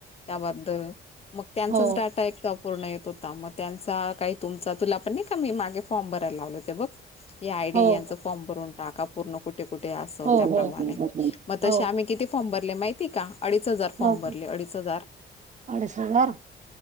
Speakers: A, on the left; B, on the right.
A: त्याबद्द मग त्यांचाच
B: हो
A: डाटा एक पूर्ण येत होता मग त्यांचा काही तुमचा तुला पण नाही कामी मागे फॉर्म भरायला लावले ते बघ. या आयडी
B: हो
A: यांचं फॉर्म भरून टाका पूर्ण कुठे कुठे असं
B: हो
A: त्याप्रमाणे.
B: हो
A: मग तशे
B: हो
A: आम्ही किती फॉर्म भरले माहिती का? अडीच हजार
B: हो
A: फॉर्म
B: हो
A: भरले अडीच हजार.
B: अडीच हजार